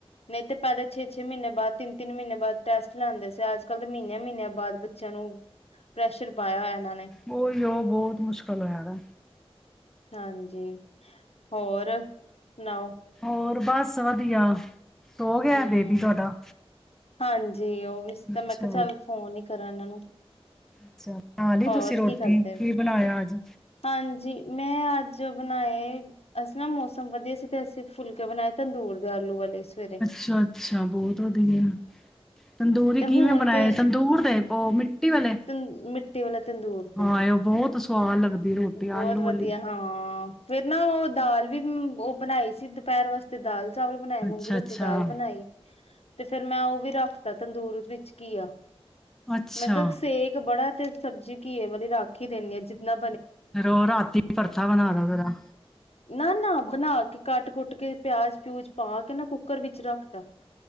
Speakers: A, on the left; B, in the centre.
A: ਨਹੀਂ ਤੇ ਪਹਿਲੇ ਛੇ ਛੇ ਮਹੀਨੇ ਬਾਅਦ ਤਿੰਨ ਤਿੰਨ ਮਹੀਨੇ ਬਾਅਦ ਟੈਸਟ ਲਾਦੇ ਸੀ ਅੱਜ ਕੱਲ ਦੇ ਮਹੀਨਿਆਂ ਮਹੀਨਿਆਂ ਬਾਅਦ ਬੱਚਿਆਂ ਨੂੰ ਪ੍ਰੈਸ਼ਰ ਪਾਇਆ ਹੋਇਆ ਇੰਨਾ ਨੇ
B: ੳਹੀੳ ਉਹ ਬਹੁਤ ਮੁਸ਼ਕਿਲ ਹੋਇਆਦਾ
A: ਹਾਂਜੀ ਹੋਰ ਸੁਣਾਓ
B: ਹੋਰ ਬਸ ਵਧੀਆ ਸੋ ਗਿਆ
A: ਹੂੰ
B: ਬੇਬੀ ਤੁਹਾਡਾ
A: ਹਾਂਜੀ ਜੀ ਉਹ ਵੀ ਸੀ ਤਾਂ
B: ਅੱਛਾ
A: ਮੈਂ ਕਿਹਾ ਚੱਲ ਫੋਨ ਹੀ ਕਰਾਂ ਇਹਨਾਂ ਨੂੰ
B: ਅੱਛਾ ਬਨਾ ਲਈ
A: ਹੋਰ
B: ਤੁਸੀਂ ਰੋਟੀ,
A: ਕੀ ਕਰਦੇ?
B: ਕੀ ਬਣਾਇਆ ਅੱਜ?
A: ਹਾਂਜੀ, ਮੈਂ ਅੱਜ ਬਨਾਏ, ਅਜ ਨਾ ਮੌਸਮ ਵਧੀਆ ਸੀ ਤੇ ਅਸੀਂ ਫੁਲਕੇ ਬਨਾਏ ਤੰਦੂਰ ਦੇ ਆਲੂ ਵਾਲ ਈ ਸਵਰੇ।
B: ਛਾ- ਅੱਛਾ ਬਹੁਤ ਵਧੀਆ ਤੰਦੂਰੀ
A: ਤੇ
B: ਕਿਵੇਂ
A: ਹੁਣ
B: ਬਨਾਏ
A: ਤੇ
B: ਤੰਦੂਰ ਤੇ? ਔ ਮਿੱਟੀ ਵਾਲੇ
A: ਤ ਮਿੱਟੀ ਵਾਲਾ ਤੰਦੂਰ ਤੇ।
B: ਹਾਏ ਔ ਬੌਤ ਸੁਆਦ ਲੱਗਦੀ ਰੋਟੀ
A: ਬਹੁਤ
B: ਆਲੂ
A: ਵਧੀਆ
B: ਵਾਲੀ।
A: ਹਾਂ ਫੇਰ ਨਾ ਔ ਦਾਲ ਵੀ ਹੁੰ ਬਨਾਈ ਸੀ ਦੁਪੇਰ ਵਾਸਤੇ ਦਾਲ। ਚਾਵਲ ਬਨਾਏ ਮੂੰਗੀ
B: ਅੱਛਾ
A: ਤੌਤੀ
B: ਅੱਛਾ
A: ਦਾਲ ਬਨਾਈ। ਤੇ ਫੇਰ ਮੈਂ ਔ ਵੀ ਰਾਖਤਾ ਤੰਦੂਰ ਵਿੱਚ ਘੀਆ।
B: ਅੱਛਾ,
A: ਮੈਂ ਕਾਕ ਸੇਕ ਬੜੈ। ਤੇ ਸਬਜੀ ਘੀਏ ਵਾਲੀ ਰੱਖ ਈ ਦੇਨੀ ਆਂ ਜਿਨਾਂ
B: ਰੌ ਰਾਤੀ ਪਰਥਾ ਬਨਾਦਾ ਕਰਾਂ
A: ਨਾ-ਨਾ ਬਨਾ ਕੇ ਕੱਟ ਕੁੱਟ ਕੇ ਪਿਆਜ਼ ਪਿਊਜ਼ ਪਾ ਕੇ ਨਾ ਕੁੱਕਰ ਵਿੱਚ ਰੱਖਤਾ